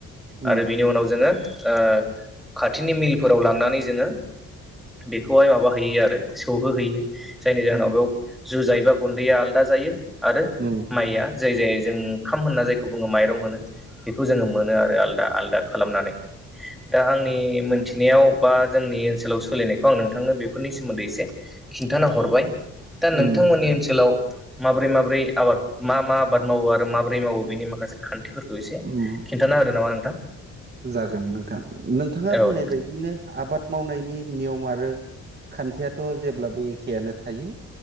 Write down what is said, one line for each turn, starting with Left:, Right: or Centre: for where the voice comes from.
Right: उम
Centre: आरो बिनि उनाव जोङो ओ खाथिनि मिलफोराव लांनानै जोङो बेखौहाय माबाहैयो आरो सौहोहैयो जायनि जाहोनाव
Right: उम
Centre: बेयाव जुजाय बा गुन्दैया आलादा जायो आरो
Right: उम
Centre: माइया जाय जाय जों ओंखाम होनना जायखौ बुङो माइरं होनो बेखौ जोङो मोनो आरो आलादा आलादा खालामनानै दा आंनि मोनथिनायाव
Right: उम
Centre: बा जोंनि ओनसोलाव सोलिनायखौ आं नोंथांनो बेफोरनि सोमोन्दै एसे खिन्थाना हरबाय दा नोंथांमोननि
Right: उम
Centre: ओनसोलाव माब्रै माब्रै आबाद मा मा आबाद मावो आरो माबोरै मावो बेनि माखासे खान्थिफोरखौ एसे
Right: उम
Centre: खिन्थाना होदो नामा नोंथां
Right: जागोन नोंथां नोंथाङा
Centre: औ
Right: बुंनाय
Centre: नोंथां
Right: बायदिनो आबाद मावनायनि नियमा रो थ' जेब्लाबो एखेयानो थायो